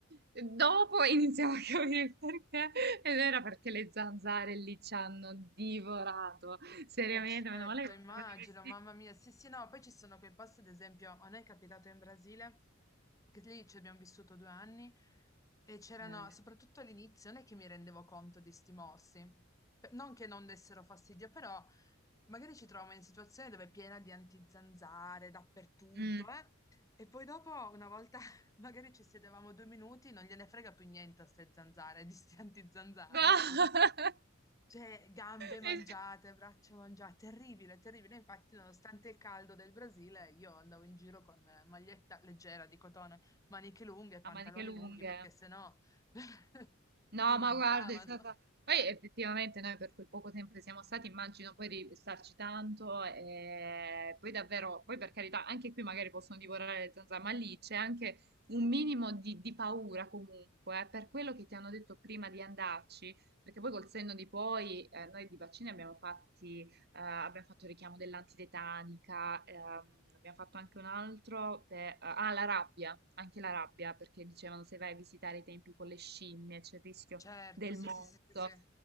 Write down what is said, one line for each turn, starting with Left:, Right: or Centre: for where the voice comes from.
Right: Dopo iniziamo a capire il perché, ed era perché le zanzare lì ci hanno divorato. Seriamente,
Left: Eh, certo,
Right: meno male che
Left: immagino,
Right: passavo dei vestiti.
Left: mamma mia, sì, sì, no, poi ci sono quei posti, ad esempio, a noi è capitato in Brasile, che lì ci abbiamo vissuto due anni e c'erano,
Right: Eh.
Left: soprattutto all'inizio, non è che mi rendevo conto di sti morsi, Pe- non che non dessero fastidio, però magari ci troviamo in situazioni dove è piena di antizanzare dappertutto,
Right: Mm.
Left: eh?
Right: <laughs>
Left: E poi dopo, una volta, <laughs> magari ci sedevamo due minuti, non gliene frega più niente a ste zanzare, di sti antizanzare,
Right: No.
Left: appunto.
Right: <laughs>
Left: Cioè, gambe mangiate,
Right: Le-
Left: braccia mangiate, terribile, terribile. Infatti, nonostante il caldo del Brasile, io andavo in giro con eh, maglietta leggera di cotone, maniche lunghe, pantaloni
Right: A maniche lunghe.
Left: lunghi, perché sennò <laughs>
Right: No,
Left: mi mangiavano.
Right: ma guarda, è stata... Poi effettivamente noi per quel poco tempo che siamo stati, immagino poi di starci tanto e poi davvero, poi per carità, anche qui magari possono divorare le zanzare, ma lì c'è anche un minimo di, di paura comunque, eh, per quello che ti hanno detto prima di andarci, perché poi col senno di poi eh, noi di vaccini abbiamo fatti eh, abbiamo fatto il richiamo dell'antitetanica, ehm, abbiamo fatto anche un altro per... Ah, la rabbia, anche la rabbia, perché dicevano se vai a visitare i tempi con le scimmie c'è il rischio
Left: Certo,
Right: del
Left: sì,
Right: morso.
Left: sì, sì, sì, sì.